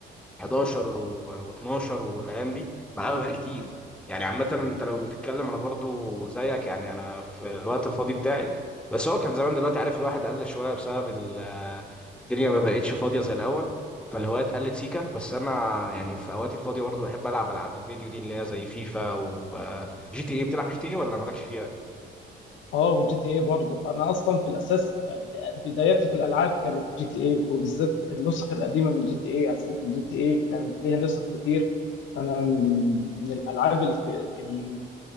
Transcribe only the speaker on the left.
اه وجي تي اي برضه انا اصلا في الاساس آه، بداياتي في الالعاب كانت جي تي اي وبالذات النسخ القديمه من جي تي اي اصل جي تي اي كانت ليها نسخ كتير فانا من من الالعاب الك- اللي